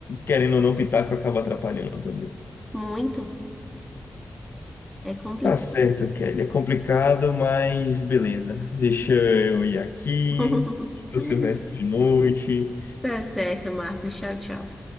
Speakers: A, on the left; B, in the centre.
A: Querendo ou não, o pitaco acaba atrapalhando também.
B: Muito. É complicado.
A: Tá certo, Kelly. É complicado, mas beleza. Deixa eu ir aqui.
B: <laughs>
A: Tô Silvestre de noite.
B: Tá certo, Marcos. Tchau, tchau.